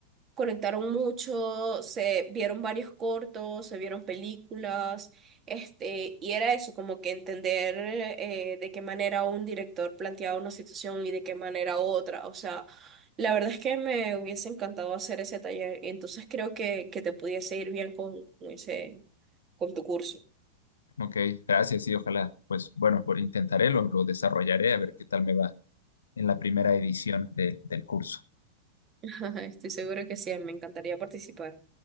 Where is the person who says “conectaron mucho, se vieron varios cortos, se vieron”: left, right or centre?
Right